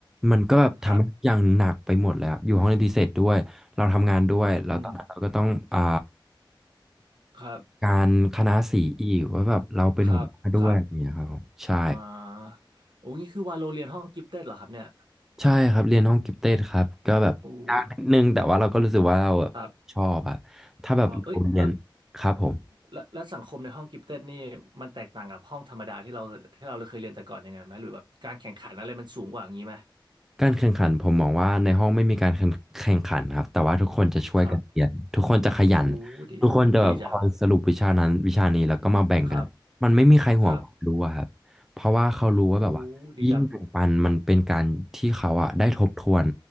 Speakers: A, in the centre; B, on the right.
A: มันก็แบบทำให้อย่างหนักไปหมดเลยครับอยู่ห้องเรียนพิเศษด้วยเราทำงานด้วยแล้วตอนนั้นเราก็ต้องอ่า
B: ครับอืมครับ
A: การคณะสีอีกว่าแบบเราเป็นหัวหน้าด้วยอะไรอย่างเงี้ยครับผมใช่
B: ครับครับอ่าโอ้นี่คือวาโลเรียนห้องกิฟเต็ดเหรอครับเนี่ย
A: ใช่ครับเรียนห้องกิฟเต็ดครับก็แบบยากนิดนึงแต่ว่าเราก็รู้สึกว่าเรา
B: โอ้ยครับ
A: ชอบอะถ้าแบบเราเรียนครับผม
B: ชอบเอ้ยแล้วแล้วแล้วสังคมในห้องกิฟเต็ดนี่มันแตกต่างกับห้องธรรมดาที่เราที่เราเคยเรียนแต่ก่อนยังไงไหมหรือแบบการแข่งขันอะไรมันสูงกว่าอย่างนี้ไหม
A: การแข่งขันผมมองว่าในห้องไม่มีการแข่งแข่งขันครับแต่ว่าทุกคนจะช่วยกันเรียนทุกคนจะขยัน
B: ครับโอ้ดีจังดีจัง
A: ทุกคนจะแบบคอยสรุปวิชานั้นวิชานี้แล้วก็มาแบ่งกันมันไม่มีใครห่วงความรู้อะครับเพราะว่าเขารู้ว่าแบบว่ายิ่งแบ่งปันมันเป็นการที่เขาอะได้ทบทวน
B: ครับครับโอ้ดีจัง